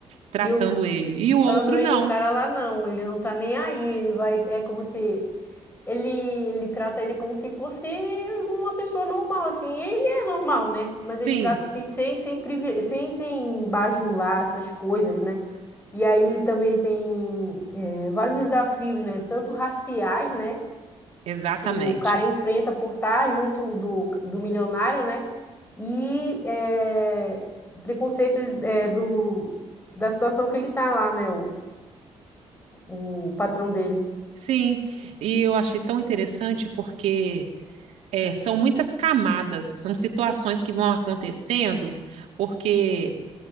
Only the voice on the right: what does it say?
tratando
ele. E o outro
não.
Sim,
exatamente.
Sim, e eu achei tão interessante porque é, são muitas camadas, são situações que vão acontecendo, porque